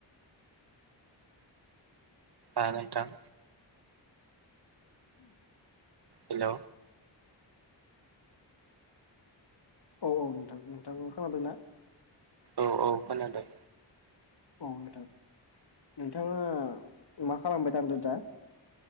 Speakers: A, on the right; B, on the left.
A: आ नोंथां
B: उ
A: हेल'
B: औ औ नथां नोंथां खोनादों ना
A: औ औ खोनादों
B: औ नोंथां नोंथाङा मा खालामबाय थांदो दा